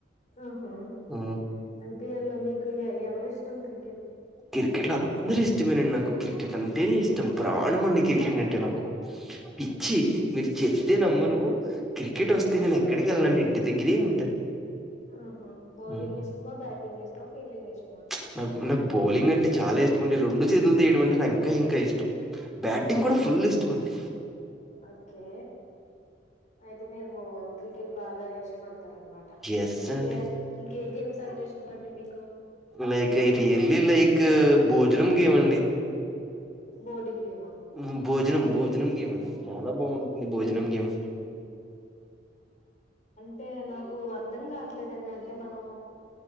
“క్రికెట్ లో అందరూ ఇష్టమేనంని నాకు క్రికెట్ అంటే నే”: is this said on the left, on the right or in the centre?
Centre